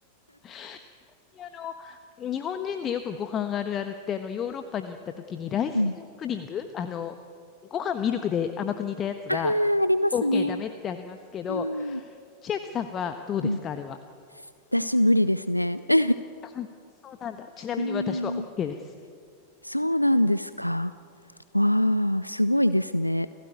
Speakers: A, on the left; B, on the left.
A: ちなみにあの、日本人でよくご飯あるあるって、あの、ヨーロッパに行った時にライスプディングあの、
B: うん。
A: ご飯ミルクで甘く煮たやつが、
B: あー、ありますね。
A: OK ダメってありますけど、
B: うん。
A: 千秋さんはどうですか、
B: うん。
A: あれは。
B: 私無理ですね。<laughs>
A: <laughs> あ、そうなんだ。ちなみに私は
B: うん。
A: OK です。
B: そうなんですか。わー、すごいですね。